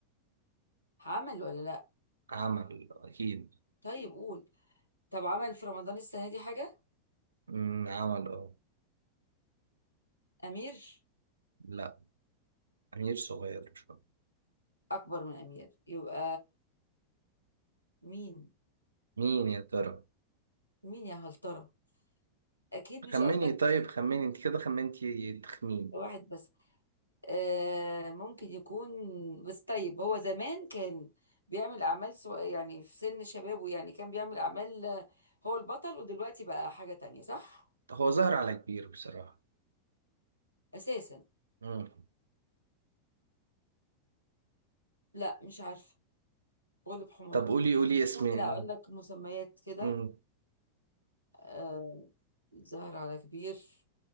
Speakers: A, on the left; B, on the right.
A: عمل ولا لا
B: عمل أكيد
A: طيب قول طب عمل في رمضان السنه دي حاجه
B: مم، عمل آه
A: امير
B: لا أمير صغير شوية
A: اكبر من امير يبقى مين
B: مين يا ترى؟
A: مين يا هلطره اكيد مش
B: خمني
A: قصدك
B: طيب خمني أنت كده خمنتي تخمين
A: واحد بس آه، ممكن يكون بس طيب هو زمان كان بيعمل أعمال سو... يعني في سن شبابه يعني كان بيعمل أعمال آه، هو البطل ودلوقتي بقى حاجة تانية صح؟
B: هو ظهر على كبير بصراحة
A: أساسا
B: مم.
A: لا مش عارفة غلب حماري
B: طب قولي قولي
A: بس
B: اسمين
A: ممكن أقول لك مسميات كده
B: مم.
A: آه، الزهر على كبير